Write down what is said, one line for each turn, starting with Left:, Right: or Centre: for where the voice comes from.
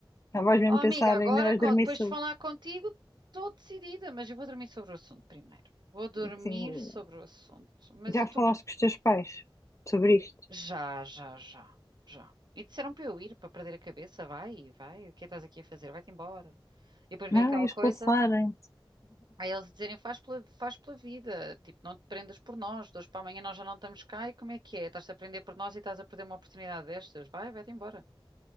Left: Já vais mesmo
Right: Oh, amiga,
Left: pensar,
Right: agora,
Left: ainda vais
Right: com-
Left: dormir
Right: depois
Left: sobre,
Right: de falar contigo, estou decidida, mas eu vou dormir sobre o assunto primeiro. Vou dormir
Left: assim,
Right: sobre o assunto, mas
Left: Já
Right: eu estou
Left: falaste com os teus pais sobre isto?
Right: Já, já, já, já. E disseram para eu ir, para perder a cabeça. Vai, vai, o que é que estás aqui a fazer? Vai-te embora. E depois
Left: Não,
Right: veio aquela
Left: é expulsarem-te,
Right: coisa, aí eles dizerem, faz pela, faz pela vida, tipo, não te prendas por nós, de hoje para amanhã nós já não estamos cá, e como é que é? Estás-te a prender por nós e estás a perder uma oportunidade destas? Vai, vai-te embora.